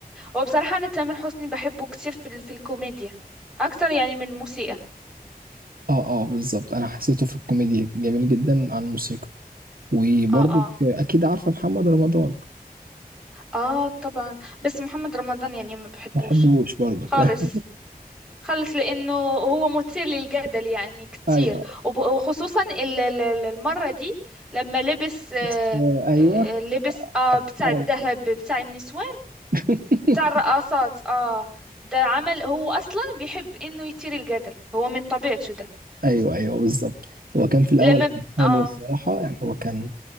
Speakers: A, in the centre; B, on the right (about 65°).
A: هو بصراحة انا تامر حسني بحبه كتير في ال- في الكوميديا اكتر يعني من الموسيقى
B: اه اه بالظبط انا حسيته في الكوميديا جميل جدا عن الموسيقى وبرضك
A: اه اه
B: اكيد عارفه محمد رمضان
A: اه طبعا بس محمد رمضان يعني ما بحبوش
B: ما بحبوش برضك
A: خالص
B: <laughs>
A: خالص لانه هو مثير للجدل يعني كتير
B: ايوه
A: وب- وخصوصا ال- ال- ال- المرة دي لما لبس آه
B: ايوه ايوه
A: آه، لبس اه بتاع
B: ايوه
A: الذهب بتاع النسوان
B: <laughs>
A: بتاع الرقصات اه ده عمل هو اصلا بيحب انه يثير الجدل هو من طبيعته ده
B: ايوه ايوه بالظبط هو كان في الاول
A: لما ب...
B: كان حلو
A: اه
B: الصراحه يعني هو كان